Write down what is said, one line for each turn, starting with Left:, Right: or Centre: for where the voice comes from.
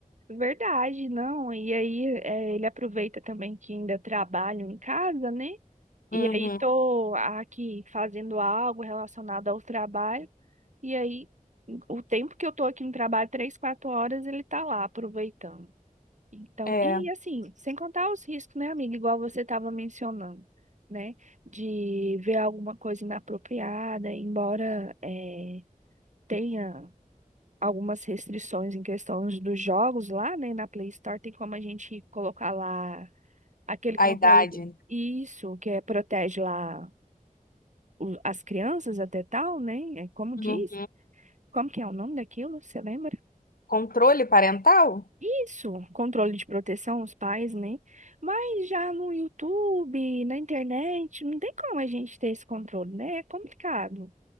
Right: verdade, não. E aí é, ele aproveita também que ainda trabalho em casa, né? E
Left: Uhum,
Right: aí tô aqui fazendo algo relacionado ao trabalho. E aí, o tempo que eu tô aqui no trabalho, três, quatro horas, ele tá lá aproveitando. Então,
Left: é,
Right: e assim, sem contar os riscos, né, amiga? Igual você estava mencionando, né? De ver alguma coisa inapropriada, embora eh, tenha algumas restrições em questão dos jogos lá, né? Na Play Store, tem como a gente colocar lá aquele conteúdo.
Left: a idade.
Right: Isso, que é, protege lá o- as crianças até tal, né? É Como diz.
Left: Uhum.
Right: Como que é o nome daquilo? Você lembra?
Left: Controle parental?
Right: Isso, controle de proteção, os pais, né? Mas já no YouTube, na internet, não tem como a gente ter esse controle, né? É complicado.